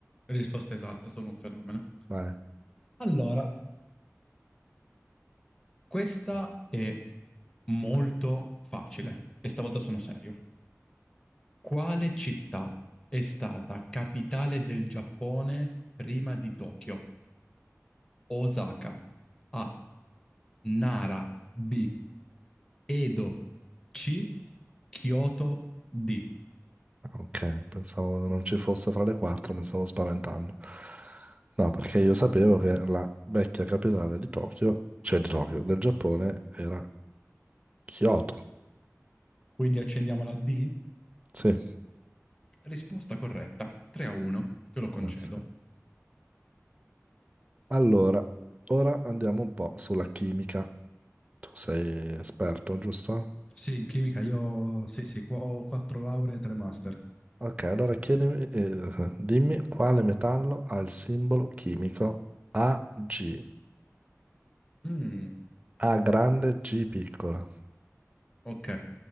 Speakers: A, on the left; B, on the right.
A: Risposta esatta, sono un fenomeno.
B: Vai.
A: Allora, Questa è molto facile e stavolta sono serio. Quale città è stata capitale del Giappone prima di Tokyo? Osaka. A. Nara. B. Edo. C. Kyoto. D.
B: Ok, pensavo non ci fosse fra le quattro, mi stavo spaventando. No, perché io sapevo che la vecchia capitale di Tokyo, cioè di Tokyo, del Giappone, era Kyoto.
A: Quindi accendiamo la D?
B: Sì,
A: Risposta corretta. 3 a 1. Te lo concedo.
B: grazie. Allora, ora andiamo un po' sulla chimica. Tu sei esperto, giusto?
A: Sì, in chimica io sì, sì, qu- ho quattro lauree e tre master.
B: Ok, allora chiedimi, eh, dimmi quale metallo ha il simbolo chimico AG,
A: Mm,
B: A grande, G piccola.
A: ok.